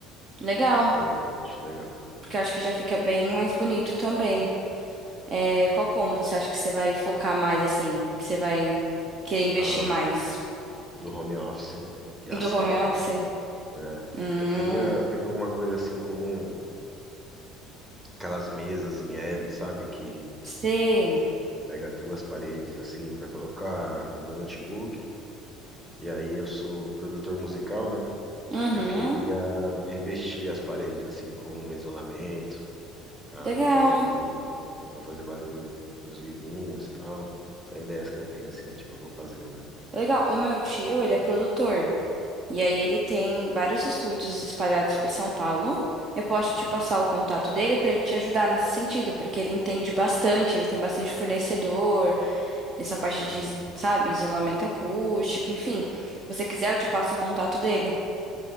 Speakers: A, on the right; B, on the right.
A: Legal.
B: Também, acho legal.
A: Porque eu acho que já fica bem mais bonito também. É, qual cômodo você acha que você vai focar mais, assim? Que você vai querer investir
B: Ah, o,
A: mais?
B: o do home office e
A: Do
B: a sala.
A: home office?
B: É.
A: Hum,
B: Eu queria, eu queria alguma coisa assim com aquelas mesas em L, sabe? Que
A: sei.
B: pega duas paredes assim para colocar meu notebook. E aí eu sou produtor musical, né?
A: Uhum,
B: Eu queria revestir as paredes assim com isolamento. para
A: legal.
B: não fazer barulho, pra não fazer barulho pros vizinhos, e tal. São ideias que eu tenho assim de que eu vou fazer lá.
A: Legal. O meu tio, ele é produtor. E aí ele tem vários estúdios espalhados por São Paulo. Eu posso
B: Hum,
A: te passar o contato dele para ele te ajudar nesse sentido, porque ele entende bastante, ele tem bastante fornecedor, nessa parte
B: Uhum.
A: de, sabe, isolamento acústico, enfim. Se você quiser, eu te passo o contato dele.